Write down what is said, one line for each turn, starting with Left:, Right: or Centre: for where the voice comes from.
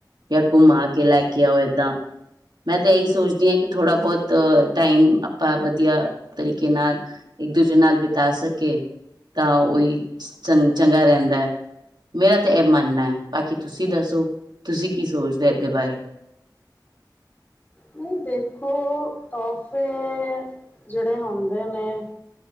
Right: ਜਾਂ ਘੁੰਮਾ ਕੇ, ਲੈ ਕੇ ਆਓ ਏਦਾਂ, ਮੈਂ ਤਾਂ ਇਹੀ ਸੋਚਦੀ ਹਾਂ ਕਿ ਥੋੜ੍ਹਾ ਬਹੁਤ ਤਾਂ ਟਾਈਮ, ਆਪਾਂ ਵਧੀਆ ਤਰੀਕੇ ਨਾਲ ਇੱਕ ਦੂਜੇ ਨਾਲ ਬਿਤਾ ਸਕੇ ਤਾਂ ਉਹੀ ਚੰ ਚੰਗਾ ਰਹਿੰਦਾ। ਮੇਰਾ ਤਾਂ ਇਹ ਮੰਨਣਾ ਬਾਕੀ ਤੁਸੀਂ ਦੱਸੋ ਤੁਸੀਂ ਕੀ ਸੋਚਦੇ ਇਹਦੇ ਬਾਰੇ।
Left: ਨਹੀਂ ਦੇਖੋ ਤੋਹਫ਼ੇ ਜਿਹੜੇ ਹੁੰਦੇ ਨੇ।